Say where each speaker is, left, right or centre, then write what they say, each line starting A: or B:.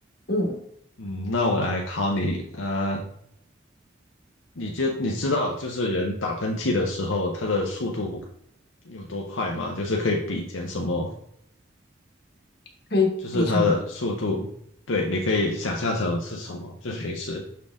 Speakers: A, on the left; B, on the left.
A: 嗯，
B: 嗯，那我来考你，呃，你觉你知道就是人打喷嚏的时候，它的速度有多快吗？就是可以比肩什么
A: 可以比成，
B: 就是它的速度，对，你可以想象成是什么，就是平时